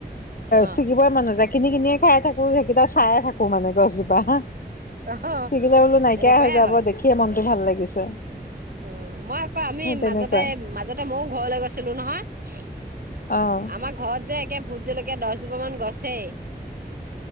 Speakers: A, on the right; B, on the left.
A: অ
B: ছিঙিবই মান নাযায় । কিনি কিনিয়ে খাই থাকো, সেইকেইটা চাইে থাকো মানে গছজোপা হা।
A: অ
B: ছিগিলে বোলো নাইকিয়া
A: এনেকুৱাহে
B: হৈ যাব
A: হয়
B: দেখিয়ে মন। ভাল লাগিছে।
A: অ, মই আকৌ আমি
B: সেই তেনেকুৱা
A: মাজতে মাজতে মইও ঘৰলৈ গৈছিলো নহয়।
B: অ
A: আমাৰ ঘৰত যে, একে ভোজ জলৈকে দহ। জোপামান গছে।